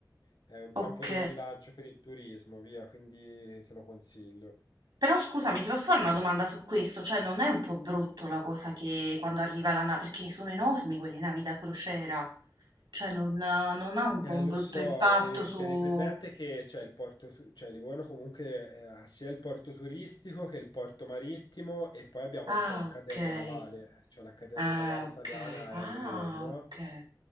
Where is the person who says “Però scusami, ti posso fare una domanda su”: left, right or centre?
Right